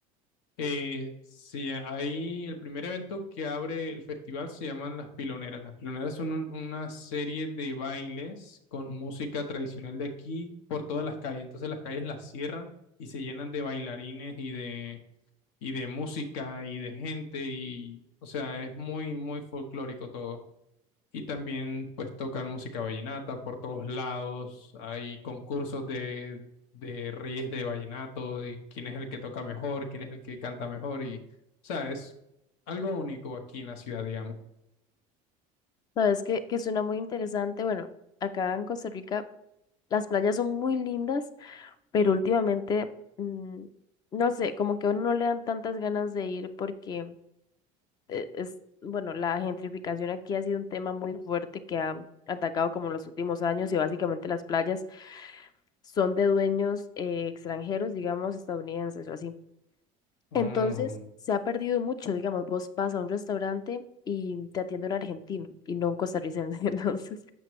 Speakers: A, on the left; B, on the left.
A: eh, si hay el primer evento que abre el festival se llaman las piloneras. Las piloneras son un- una serie de bailes con música tradicional de aquí por todas las calles. Entonces las calles las cierran y se llenan de bailarines y de y de música y de gente y o sea, es muy muy folclórico todo y también pues tocan música vallenata por todos lados, hay concursos de, de reyes de vallenato, de quién es el que toca mejor, quién es el que canta mejor y, o sea, es algo único aquí en la ciudad, digamos.
B: sabes que, que suena muy interesante. Bueno, acá en Costa Rica las playas son muy lindas, pero últimamente, mm, no sé, como que a uno no le dan tantas ganas de ir porque eh, es, bueno, la gentrificación aquí ha sido un tema muy fuerte que ha atacado como en los últimos años y básicamente las playas. son de dueños eh, extranjeros, digamos, estadounidenses o así.
A: Mm,
B: Entonces, se ha perdido mucho, digamos, vos vas a un restaurante y te atiende un argentino y no un costarricense. <laughs> Entonces,